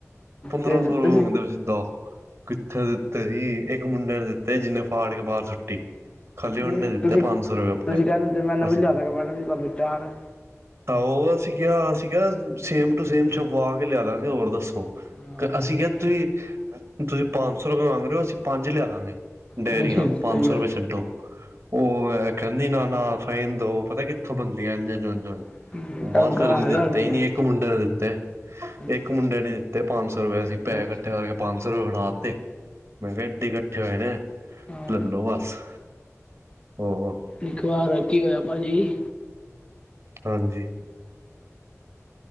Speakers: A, on the right; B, on the left.
A: ਪੰਦਰਾਂ
B: ਤੇ ਦਿੱਤੇ
A: ਸੌ ਰੁਪਏ
B: ਸੀ
A: ਮੰਗਦੇ ਪਏ ਸਿੱਧਾ। ਕਿੱਥੇ ਦਿੱਤੇ ਹੀ। ਇੱਕ ਮੁੰਡੇ ਨੇ ਦਿੱਤੇ ਜਿਨੇ ਫਾੜ ਕੇ ਬਾਰ ਸੁੱਟੀ। ਖਾਲੀ
B: ਨਹੀਂ
A: ਉਹਨੇ ਦਿੱਤੇ
B: ਤੁਸੀਂ
A: ਪੰਜ ਸੌ ਰੁਪਏ ਆਪਣੇ
B: ਤੁਸੀਂ ਕੇਂਦੇ ਦੇ ਮੈਂ ਨਵੀ
A: ਬਸ
B: ਲਿਆ ਦਾਗਾਂ। ਮੈਡਮ ਜੀ ਤਾਨੂੰ ਚਾ ਨਾ-
A: ਆਹੋ ਅਸੀ ਕਿਆ-ਅਸੀ ਕਿਆ ਸੇਮ ਟੂ ਸੇਮ ਛਪਵਾ ਕੇ ਲਿਆ ਦਾਂਗੇ ਹੋਰ ਦੱਸੋ।
B: ਹਾਂ
A: ਅਸੀਂ ਕਿਆ ਤੁਹੀਂ ਤੁਹੀਂ ਪੰਜ ਸੌ ਰੁਪਿਆ ਮੰਗ ਰੇ ਓ। ਅਸੀਂ ਪੰਜ ਲਿਆ ਦਾਂਗੇ। ਡੇਅਰੀਆਂ
B: ਹਾਂਜੀ
A: ਪੰਜ
B: ਸਹੀ
A: ਸੌ
B: ਗੱਲ
A: ਰੁਪਏ ਛੱਡੋ। ਓਹ ਕੇਂਦੀ ਨਾਲ- ਨਾਲ ਫਰੇਮ ਦੋ ਪਤਾ ਕਿੱਥੋਂ ਬੰਦੀਆਂ ਇੰਝ -ਇੰਝ ਓਂਜ-ਓਂਜ।
B: ਹਮ,
A: ਬਸ
B: ਤੰਗ
A: ਅਸੀ ਫੇਰ
B: ਕਮਾਇਆ
A: ਦਿੱਤੇ
B: ਉਹਨੂੰ
A: ਈ ਨੀ ਇੱਕ ਮੁੰਡੇ ਨੇ ਦਿੱਤੇ।
B: ਵੀ
A: ਇੱਕ ਮੁੰਡੇ ਨੇ ਦਿੱ ਤੇ ਪੰਜ ਸੌ ਰੁਪਏ ਸੀ ਅਸੀ ਪੈਹੇ
B: ਅੱਛਾ
A: ਕੱਠੇ ਕਰਕੇ ਪੰਜ ਸੌ ਰੁਪਏ ਫੜਾ ਤੇ। ਮੈਂ ਕਿਆ ਏਡੇ ਈ ਕੱਠੇ ਹੋਏ ਨੇ।
B: ਹਾਂ
A: ਲਲੋ ਬਸ- ਉਹ
B: ਇੱਕ ਵਾਰ ਕੀ ਹੋਇਆ ਭਾਜੀ-
A: ਹਾਂਜੀ